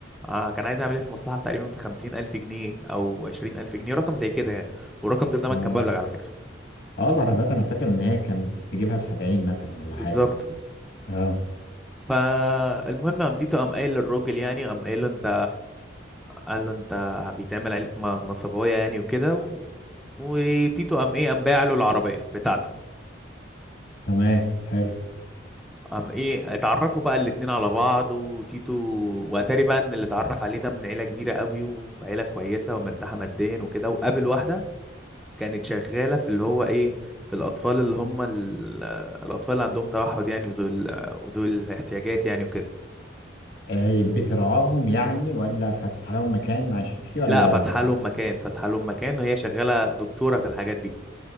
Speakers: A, in the centre; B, on the left.
A: آه كان عايز يعمل ايه في مصلحة تقريبا في خمسين ألف جنيه أو عشرين ألف جنيه رقم زي كده يعني والرقم ده زمان
B: تمام
A: كان مبلغ على فكرة
B: اه العربيات انا فاكر ان هي كانت بتجيبها بسبعين مثلا ولا
A: بالظبط
B: حاجة اه
A: فالمهم قام تيتو قام قايل للراجل يعني قام قايل له انت قال له انت بيتعمل عليك م- نصبايا يعني وكده وتيتو قام ايه قام باع له العربيه بتاعته
B: تمام حلو
A: قام ايه اتعرفوا بقى الاتنين على بعض وتيتو واتاري بقى ان اللي اتعرف عليه ده من عيله كبيره قوي وعيله كويسه ومرتاحه ماديا وكده وقابل واحده كانت شغاله في اللي هو ايه في الاطفال اللي هم ال- الاطفال اللي عندهم توحد يعني وذوي ال- وذوي الاحتياجات يعني وكده
B: آه بترعاهم يعني ولا فاتح لهم مكان عايشين فيه ولا
A: لا فاتحه لهم مكان فاتحه لهم مكان وهي شغاله دكتوره في الحاجات دي